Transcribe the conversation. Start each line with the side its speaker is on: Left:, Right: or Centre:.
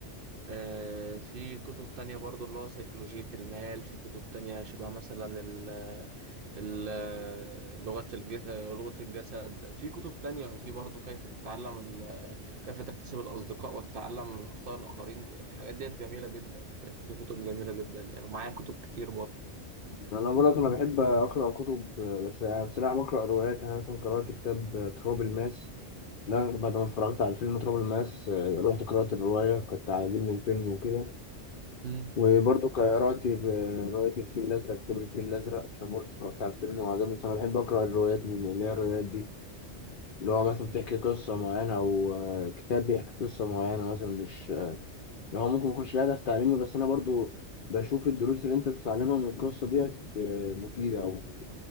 Right: آه، في كتب تانية برضو اللي هو سيكولوجية المال في كتب تانية شبه مثلا ال ال لغة الجسد لغة الجسد في كتب تانية وفي برضو كيف تتعلم ال- كيف تكتسب الأصدقاء وتتعلم من أخطاء الآخرين الحاجات ديت جميلة جدا في في كتب جميلة جدا يعني ومعايا كتب كتير برضو
Left: انا بقول لك انا بحب اقرا كتب بس بصراحه بقرا روايات يعني انا مثلا قرات كتاب آه، تراب الماس لا بعد ما اتفرجت على فيلم تراب الماس آه، رحت قرأت الرواية كنت عاجبني الفيلم وكده
Right: مم.
Left: وبرضه قرأت ب- رواية الفيل الأزرق كتاب الفيل الأزرق عشان برضه اتفرجت على الفيلم وعجبني بس أنا بحب أقرأ الروايات من اللي هي الروايات دي اللي هو مثلا بتحكي قصة معينة أو آه، كتاب بيحكي قصة معينة مثلا مش اللي هو ممكن يكونش ليه هدف تعليمي بس أنا برضه بشوف الدروس اللي أنت بتتعلمها من القصة ديت آه، مفيدة أو